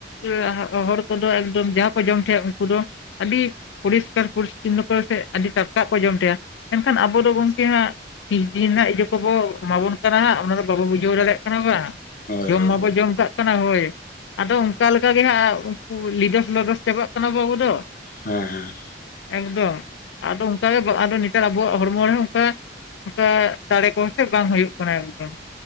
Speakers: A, on the left (about 75°); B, on the left (about 50°).
A: ᱮ ᱦᱟᱸ ᱦᱚᱲ ᱠᱚᱫᱚ ᱮᱠᱫᱚᱢ ᱡᱟᱦᱟᱸ ᱠᱚ ᱡᱚᱢ ᱛᱷᱮᱜ-ᱟ ᱩᱱᱠᱩ ᱫᱚᱼᱼ ᱟᱹᱰᱤᱜ ᱯᱚᱨᱤᱥᱠᱟᱨ ᱯᱚᱨᱤᱥᱪᱤᱱᱱᱚ ᱠᱚ ᱯᱚᱥᱮᱜ ᱟᱰᱤ ᱴᱟᱴᱠᱟ ᱠᱚ ᱡᱚᱢ ᱛᱮᱦᱮᱸᱜ-ᱟ᱾ ᱢᱮᱱᱠᱷᱟᱱ ᱟᱵᱚ ᱫᱚ ᱜᱚᱝᱠᱮ ᱦᱟᱸᱜ ᱛᱤᱥ ᱫᱤᱱ ᱨᱮᱱᱟᱜ ᱤᱭᱟᱹ ᱠᱚᱵᱚ ᱮᱢᱟ ᱵᱚᱱ ᱠᱟᱱᱟ ᱦᱟᱸᱜ ᱚᱱᱟ ᱫᱚ ᱵᱟᱵᱚ ᱵᱩᱡᱷᱟᱹᱣ ᱫᱟᱲᱮᱜ <unintelligible>
B: ᱦᱳᱭ
A: ᱡᱚᱢ
B: ᱦᱳᱭ
A: ᱢᱟᱵᱚ ᱡᱚᱢ ᱠᱟᱜ᱾ ᱠᱟᱱᱟ ᱦᱳᱭ ᱟᱫᱚ ᱚᱱᱠᱟ ᱠᱮᱠᱟ ᱜᱮ ᱦᱟᱸᱜ ᱩᱱᱠᱩ ᱞᱤᱰᱟᱹᱥ ᱞᱚᱰᱚᱥ ᱪᱟᱵᱟᱜ ᱠᱟᱱᱟ ᱵᱚ ᱟᱹᱵᱩ ᱫᱚ᱾
B: ᱦᱮᱸ ᱦᱮᱸ᱾
A: ᱮᱠᱫᱚᱢ᱾ ᱟᱫᱚ ᱚᱱᱠᱟ ᱜᱮ ᱵᱟ ᱟᱫᱚ ᱱᱮᱛᱟᱨ ᱟᱵᱚᱣᱟᱜ ᱦᱚᱲᱢᱚ ᱨᱮᱦᱚᱸ ᱚᱱᱠᱟ ᱚᱱᱠᱟ ᱫᱟᱲᱮ ᱠᱚᱦᱚᱸ ᱥᱮ ᱵᱟᱝ ᱦᱩᱭᱩᱜ ᱠᱟᱱᱟ ᱮᱠᱫᱚᱢ᱾